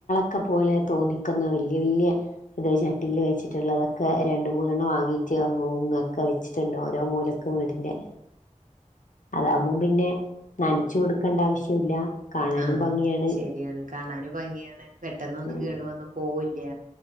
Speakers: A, on the left (about 75°); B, on the right (about 85°).
A: ക്ക പോലെ തോന്നിക്കുന്ന വല്യ വല്യ ഇത് ചട്ടീല് വെച്ചിട്ടുള്ളതൊക്കെ രണ്ട് മൂന്നെണ്ണം വാങ്ങിട്ട് ങ്ങ്ങൊക്കെ വെച്ചി ട്ട്ണ്ട്, ഓരോ മൂലക്കും വീടിൻ്റെ അതാവുമ്പോം പിന്നെ നനച്ചു കൊടുക്കണ്ട ആവശ്യമില്ല കാണാനും
B: ആഹ്‌
A: ഭംഗിയാണ്
B: ശെരിയാണ് കാണാനും ഭംഗിയാണ് പെട്ടെന്നൊന്നും
A: ഉം
B: കേടു വന്ന്പ് പോവുല്യ,